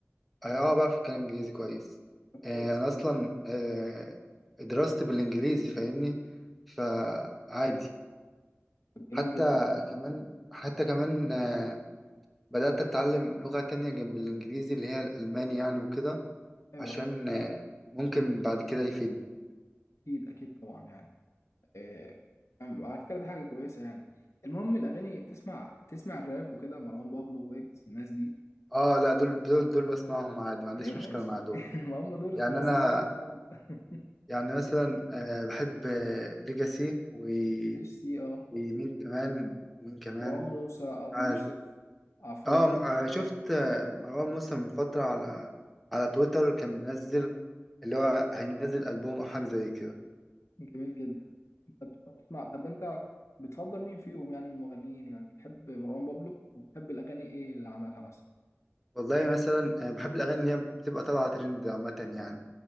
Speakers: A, in the centre; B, on the left (about 75°).
A: اه آه، بعرف اتكلم انجليزي كويس
B: طب
A: آه
B: كويس
A: انا اصلا آه دراستي بالانجليزي فاهمني فعادي
B: تمام طب جميل
A: حتى
B: جدا
A: كمان حتى كمان آه بدأت اتعلم لغة تانية جنب الانجليزي اللي هي الالماني يعني وكده
B: ايوه
A: عشان
B: أيوه.
A: آه ممكن بعد كده يفيدني
B: اكيد اكيد طبعا يعني آه، على فكره ده حاجه كويسه يعني المهم الاغاني تسمع تسمع الراب وكده مروان بابلو ويجز الناس دي
A: اه لا دول دول دول بسمعهم عادي ما عنديش
B: ايوه
A: مشكلة
B: ماشي
A: مع دول
B: <laughs> ما هم دول
A: يعني
B: مصريين
A: انا
B: يا عم <laughs>
A: يعني مثلا آه بحب آه ليجاسي و-
B: ليش سي اه
A: ومين كمان ومين كمان
B: مروان موسى ابو
A: عارف
B: يوسف عفروتو
A: اه م- آه، شفت آه، مروان موسى من فترة على على تويتر كان منزل اللي هو هينزل ألبوم أو حاجة زي كده
B: جميل جدا انت بتسمع طب انت بتفضل مين فيهم يعني من المغنيين يعني بتحب مروان بابلو وبتحب الاغاني ايه اللي عملها مثلا
A: والله مثلا آه، بحب الأغاني اللي هي بتبقى طالعة ترند عامة يعني